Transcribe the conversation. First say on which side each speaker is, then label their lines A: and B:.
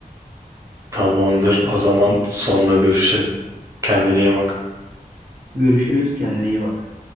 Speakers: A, on the right (about 20°); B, on the right (about 80°).
A: tamamdır o zaman sonra görüşelim. Kendine iyi bak.
B: Görüşürüz. Kendine iyi bak.